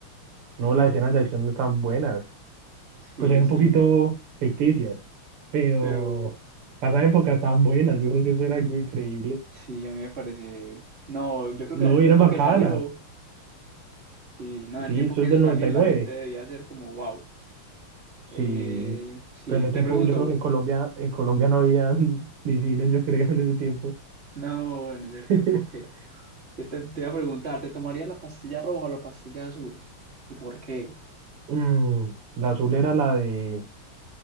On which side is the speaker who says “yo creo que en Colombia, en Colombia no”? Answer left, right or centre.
Right